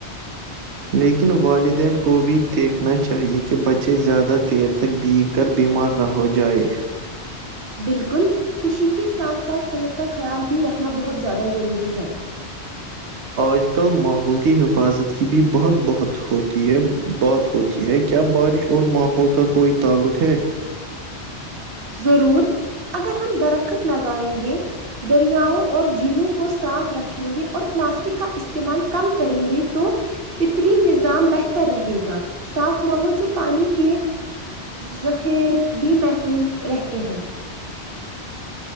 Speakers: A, on the right (about 80°); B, on the right (about 60°).
A: لیکن والدین کو بھی دیکھنا چاہیے کہ بچے زیادہ دیر تک بگ اگر بیمار نہ ہو جائے
B: بالکل خوشی کے ساتھ ساتھ صحت کا خیال بھی رکھنا بہت زیادہ ضروری ہے
A: آج کل ماحول کی حفاظت کی بھی بہت بہت ہوتی ہے بات ہوتیی ہے کیا بارش اور ماحول کا کوئی تعلق ہے
B: ضرور اگر ہم درخت لگائیں گے دریاؤں اور جھیلوں کو صاف رکھیں گی اور پلاسٹک کا استعمال کم کریں گے تو فطرین نظام بہتر رہے گا صاف ماحول سے پانی کے ذخیر بھی محفوظ رہتے ہیں